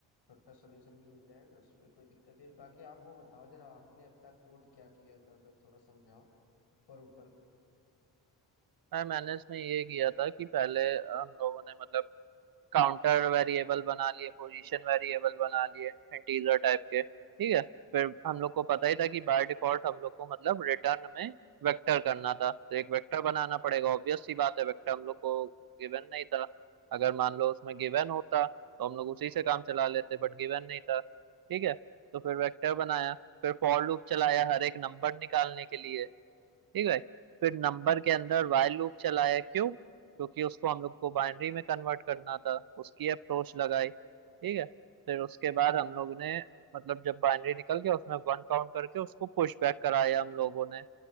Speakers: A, on the left; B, on the right.
A: छोटा सॉल्यूशन भी मिल जाएगा उसमें कोई दिक्कत नहीं बाकी आप वो बताओ जरा आपने अपना कोड क्या किया था मतलब थोड़ा समझाओ ऊपर ऊपर
B: और मैंने इसमें ये किया था कि पहले हम लोगों ने मतलब काउंटर वेरिएबल बना लिए पोजीशन वेरिएबल बना लिए इंटीजर टाइप के ठीक है फिर हम लोग को पता ही था कि बाय डिफॉल्ट हम लोग को मतलब रिटर्न में वेक्टर करना था तो एक वेक्टर बनाना पड़ेगा ऑब्वियस सी बात है वेक्टर हम लोग को गिवन नहीं था अगर मान लो उसमें गिवन होता तो हम लोग उसी से काम चला लेते बट गिवन नहीं था ठीक है तो फिर वेक्टर बनाया फिर फॉर लूप चलाया हर एक नंबर निकालने के लिए ठीक है फिर नंबर के अंदर while लूप चलाया क्यों क्योंकि उसको हम लोग को बाइनरी में कन्वर्ट करना था उसकी अप्रोच लगाई ठीक है फिर उसके बाद हम लोग ने मतलब जब बाइनरी निकल गया उसमें वन काउंट करके उसको पुश बैक कराया हम लोगों ने